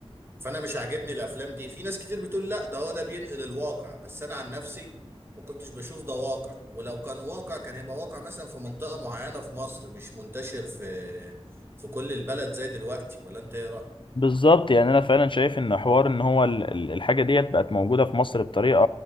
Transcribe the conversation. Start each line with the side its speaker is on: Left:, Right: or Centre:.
Right: فانا مش عاجبني الافلام دي في ناس كتير بتقول لا ده هو ده بينقل الواقع بس انا عن نفسي ما كنتش بشوف ده واقع ولو كان واقع كان هيبقى واقع مثلا في منطقة معينة في مصر مش منتشر في في كل البلد زي دلوقتي ولا انت ايه رأيك
Left: بالظبط يعني انا فعلا شايف ان حوار ان هو ال- ال- الحاجة ديت بقت موجودة في مصر بطريقة